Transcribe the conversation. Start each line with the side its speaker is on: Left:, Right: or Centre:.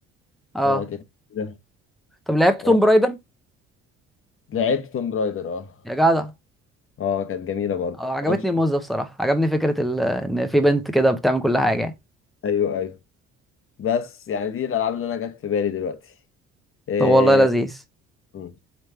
Centre: اه
Left: آه كانت كده.
Centre: طب لعبت
Left: آه،
Centre: توم رايدر
Left: لعبت توم برايدر اه
Centre: يا جدع
Left: اه كانت جميلة برضه
Centre: اه عجبتني
Left: انشطة
Centre: الموز ده بصراحه عجبني فكره ال... ان في بنت كده بتعمل كل حاجه يعني
Left: ايوه ايوه بس يعني دي الالعاب اللي انا جت في بالي دلوقتي آه.
Centre: طب والله لذيذ
Left: مم.